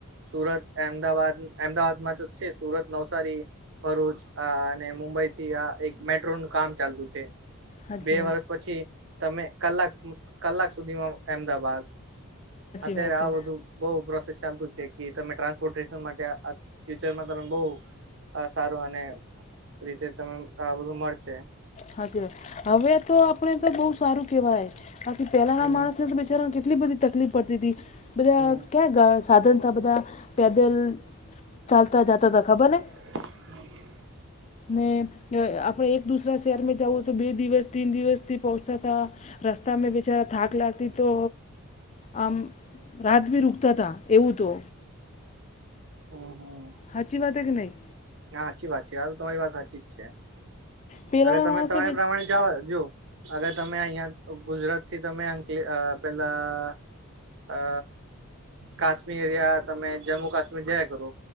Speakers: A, on the right (about 55°); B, on the left (about 30°).
A: સુરત અમદાવાદ અમદાવાદમાં તો છે સુરત નવસારી. ભરૂચ અ અને મુંબઈ થી આ એક મેટ્રોનું કામ ચાલતું છે.
B: હાચી
A: બે વર્ષ પછી તમે કલાક કલાક સુધીમાં અહેમદાબાદ. અત્યારે
B: વાત
A: આવધું
B: હે
A: બઉ પ્રોસેસ ચાલતું છે કે તમે ટ્રાન્સપોર્ટન માટે ફ્યુચર માં તમે બ‌ઉ. આ સારું અને રીતે તમે આ બધું મળશે.
B: હાચ હવે તો આપણે તો બહુ સારું કેવાય બાકી પેલાના
A: હમ
B: માણસ ને તો બિચારા કે. એટલી બધી તકલીફ પડતી હતી બધા
A: હમ
B: ક્યાં ગા સાધન થ બધા પેદલ ચાલતા જતા ત ખબર ને.
A: <unintelligible> <unintelligible>
B: ને આપણે એક દૂસરા શહેરમાં જાઉ તો બે દિવસ તીન દિવસથી પહોંચાતા. રસ્તા મે બેિચારા થાક લાગતી તો આમ રાત બી રુકતા હતા એવું તો
A: હમ હમ
B: હાચી વાત કે ન‌ઈ
A: હા સાચી વાત છે આ તો તમારી વાત સાચી જ છે
B: પહેલાંના
A: હવે તમે
B: માણસ
A: તમારા
B: તો
A: પ્રમાણે જવા જો. અગર તમે અહિયાં ગુજરાત થી તમે અંકલી પેલા હ કાશ્મીર યા તમે જમ્મુ કાશ્મીર જયા કરો